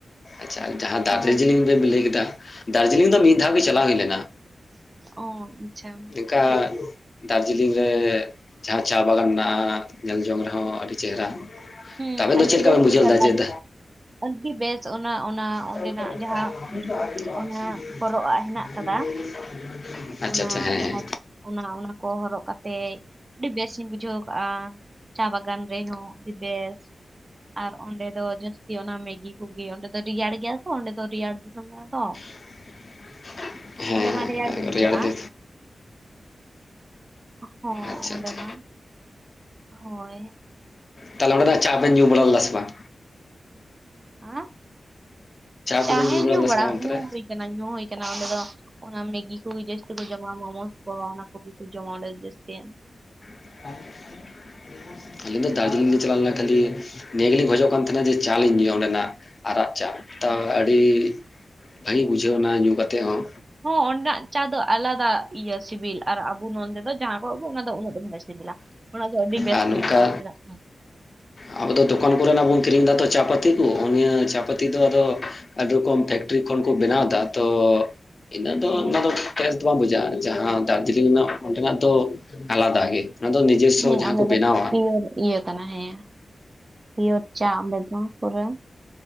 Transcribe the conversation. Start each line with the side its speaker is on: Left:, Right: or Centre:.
Left: ᱟᱪᱪᱷᱟ ᱡᱟᱦᱟᱸ ᱫᱟᱨᱡᱤᱞᱤᱝ
Right: ᱦᱚᱸ
Left: ᱵᱮᱢ ᱞᱟᱹᱭ ᱠᱮᱫᱟ ᱫᱟᱨᱡᱤᱞᱤᱝ ᱫᱚ ᱢᱤᱫ ᱫᱷᱟᱣ ᱜᱮ ᱪᱟᱞᱟᱣ ᱦᱩᱭ ᱞᱮᱱᱟ᱾
Right: ᱚ ᱟᱪᱪᱷᱟ᱾
Left: ᱠᱟ ᱫᱟᱨᱡᱤᱞᱤᱝ ᱨᱮ ᱡᱟᱦᱟᱸ ᱪᱟ ᱵᱟᱜᱟᱱ ᱢᱮᱱᱟᱜᱼᱟ᱾ ᱧᱮᱞ ᱡᱚᱝ ᱨᱮᱦᱚᱸ ᱟᱹᱰᱤ ᱪᱮᱦᱨᱟ
Right: ᱦᱩᱸ
Left: ᱛᱟ ᱟᱹᱵᱮᱱ ᱫᱚ
Right: ᱟᱹᱰᱤ
Left: ᱪᱮᱫ ᱞᱮᱠᱟ
Right: ᱵᱮᱥ
Left: ᱵᱮᱱ ᱵᱩᱡᱷᱟᱹᱣ
Right: ᱵᱩᱡᱷᱟᱹᱜᱼᱟ
Left: ᱞᱮᱫᱟ
Right: ᱫᱟᱨᱡ
Left: ᱡᱮᱫ
Right: ᱟᱹᱰᱤ ᱵᱮᱥ ᱚᱱᱟ ᱚᱱᱟ ᱚᱸᱰᱮᱱᱟᱜ
Left: <unintelligible>
Right: ᱡᱟᱦᱟᱸ ᱚᱱᱟ ᱦᱚᱨᱚᱜᱼᱟᱜ ᱦᱮᱱᱟᱜ ᱟᱠᱟᱫᱟ
Left: ᱟᱪᱪᱷᱟ
Right: ᱚᱱᱟ
Left: ᱟᱪᱪᱷᱟ ᱦᱮᱸ
Right: ᱡᱟᱦᱟᱸ
Left: ᱦᱮᱸ᱾
Right: ᱚᱱᱟ ᱚᱱᱟ ᱠᱚ ᱦᱚᱨᱚᱜ ᱠᱟᱛᱮᱜ ᱟᱹᱰᱤ ᱵᱮᱥ ᱤᱧ ᱵᱩᱡᱷᱟᱹᱣ ᱠᱟᱫᱼᱟ ᱪᱟ ᱵᱟᱜᱟᱱ ᱨᱮᱦᱚᱸ᱾ ᱟᱹᱰᱤ ᱵᱮᱥ ᱟᱨ ᱚᱸᱰᱮ ᱫᱚ ᱡᱟᱹᱥᱛᱤ ᱚᱱᱟ ᱢᱮᱜᱤ ᱠᱚᱜᱮ ᱚᱸᱰᱮ ᱫᱚ ᱨᱮᱭᱟᱲ ᱜᱮᱭᱟ ᱛᱚ ᱚᱸᱰᱮ ᱫᱚ ᱨᱮᱭᱟᱲ ᱫᱤᱥᱚᱢ ᱠᱟᱱᱟ ᱛᱚ᱾
Left: <unintelligible> ᱦᱮᱸ
Right: ᱚᱸᱰᱮ ᱢᱟ ᱨᱮᱭᱟᱲ
Left: ᱦᱮᱸ
Right: ᱜᱮ ᱵᱩᱡᱷᱟᱹᱜᱼᱟ᱾
Left: ᱛᱮ
Right: ᱦᱚᱸ
Left: ᱟᱪᱪᱷᱟ
Right: ᱚᱸᱰᱮ
Left: ᱟᱪᱪᱷᱟ
Right: ᱢᱟ ᱦᱚᱭ᱾
Left: ᱛᱟᱦᱚᱞᱮ ᱚᱸᱰᱮᱱᱟᱜ ᱪᱟ ᱵᱮᱱ ᱧᱩ ᱵᱟᱲᱟ ᱞᱮᱫᱟ ᱥᱮ ᱵᱟᱝ?
Right: ᱟ ᱪᱟ
Left: ᱠᱚᱵᱮᱱ
Right: ᱦᱮᱸ ᱧᱩ
Left: ᱞᱮᱫᱟ
Right: ᱵᱟᱲᱟ
Left: ᱥᱮ ᱵᱟᱝ ᱚᱱᱛᱮ
Right: ᱧᱩ
Left: ᱨᱮ
Right: ᱦᱩᱭ ᱟᱠᱟᱱ, ᱮᱛᱮ ᱱᱟ ᱧᱩ ᱦᱩᱭ ᱟᱠᱟᱱᱟ ᱚᱸᱰᱮ ᱫᱚ ᱚᱱᱟ ᱢᱤᱥ <inaudible> ᱤᱧ ᱦᱚ ᱡᱟᱹᱥᱛᱤ ᱠᱚ ᱡᱚᱢᱟ ᱢᱳᱢᱳᱡᱽ ᱠᱚ ᱚᱱᱟ ᱠᱚᱜᱮ ᱠᱚ ᱡᱚᱢᱟ ᱚᱸᱰᱮ ᱡᱟᱹᱥᱛᱤ᱾
Left: <unintelligible> ᱟᱹᱞᱤᱧ ᱫᱚ ᱫᱟᱨᱡᱤᱞᱤᱝ ᱞᱤᱧ ᱪᱟᱞᱟᱣ ᱞᱮᱱᱟ ᱠᱷᱟᱹᱞᱤ ᱱᱤᱭᱟᱹ ᱜᱮᱞᱤᱧ ᱠᱷᱚᱡᱚᱜ ᱠᱟᱱ ᱛᱟᱦᱮᱱᱟ ᱡᱮ ᱪᱟ ᱞᱤᱧ ᱧᱩᱭᱟ ᱚᱸᱰᱮᱱᱟᱜ᱾ ᱟᱨᱟᱜ ᱪᱟ ᱛᱟᱣ ᱟᱹᱰᱤ ᱵᱷᱟᱹᱜᱮ ᱵᱩᱡᱷᱟᱹᱣ ᱮᱱᱟ ᱧᱩ ᱠᱟᱛᱮᱫ ᱦᱚᱸ᱾
Right: ᱦᱚᱸ ᱚᱸᱰᱮᱱᱟᱜ ᱪᱟ ᱫᱚ ᱟᱞᱟᱫᱟᱼᱼ ᱤᱭᱟᱹ ᱥᱤᱵᱤᱞ ᱟᱨ ᱟᱵᱚ ᱱᱚᱰᱮ ᱫᱚ ᱡᱟᱦᱟᱸ ᱠᱚᱜ ᱚᱱᱟ ᱫᱚ ᱩᱱᱟᱹᱜ ᱫᱚ ᱵᱟᱭ ᱥᱤᱵᱤᱞᱟ᱾ ᱚᱱᱟ ᱫᱚ ᱟᱹᱰᱤ ᱵᱮᱥ
Left: ᱟᱨ ᱱᱚᱝᱠᱟ
Right: ᱵᱩᱡᱷᱟᱹᱜᱼᱟ ᱾
Left: ᱟᱵᱚ ᱫᱚ ᱫᱚᱠᱟᱱᱼᱼ ᱠᱚᱨᱮᱱᱟᱜ ᱜᱚᱝᱠᱮ ᱠᱤᱨᱤᱧ ᱮᱫᱟ ᱛᱚ ᱪᱟᱯᱟᱹᱛᱤ ᱠᱚ ᱱᱤᱭᱟᱹ ᱪᱟᱯᱟᱹᱛᱤ ᱫᱚ ᱟᱫᱚ ᱟᱹᱰᱤ ᱨᱚᱠᱚᱢ ᱛᱮᱼᱼ ᱨᱤ ᱠᱷᱚᱱ ᱠᱚ ᱵᱮᱱᱟᱣ ᱮᱫᱟ ᱛᱚ ᱤᱱᱟᱹᱜ ᱫᱚ
Right: ᱦᱮᱸ
Left: ᱚᱱᱟ ᱫᱚ ᱵᱮᱥ ᱫᱚ ᱵᱟᱝ ᱵᱩᱡᱷᱟᱹᱜᱼᱟ᱾ ᱡᱟᱦᱟᱸ ᱫᱟᱨᱡᱤᱞᱤᱝ ᱨᱮᱱᱟᱜ ᱚᱱᱛᱮᱱᱟᱜ ᱫᱚ ᱟᱞᱟᱫᱟ ᱜᱮ᱾ ᱚᱱᱟ ᱫᱚ ᱱᱤᱡᱮᱥᱥᱚ
Right: ᱦᱮᱸ
Left: ᱡᱟᱦᱟᱸ
Right: ᱚᱸᱰᱮ
Left: ᱠᱚ ᱵᱮᱱᱟᱣᱟ
Right: ᱫᱚ ᱯᱤᱭᱳᱨ ᱤᱭᱟᱹ ᱠᱟᱱᱟ ᱦᱮᱸ᱾ ᱯᱤᱭᱚᱨ ᱪᱟ ᱚᱸᱰᱮ ᱫᱚ ᱯᱩᱨᱟᱹ